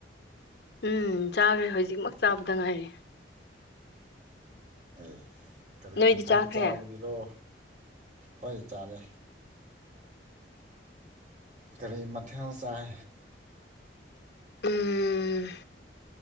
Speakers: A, on the left; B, on the right.
A: ꯎꯝ ꯆꯥꯈ꯭ꯔꯦ ꯍꯧꯖꯤꯛꯃꯛ ꯆꯥꯕꯗ ꯉꯥꯏꯔ
B: ꯑꯦ ꯀꯔꯤ
A: ꯅꯣꯏꯗꯤ
B: ꯑꯟꯊꯥꯡ
A: ꯆꯥꯈ꯭ꯔꯦ
B: ꯆꯥꯕꯒꯤꯔꯣ ꯍꯣꯏ ꯆꯥꯔꯦ ꯀꯔꯤ ꯃꯊꯦꯜ ꯆꯥꯏ
A: ꯎꯝ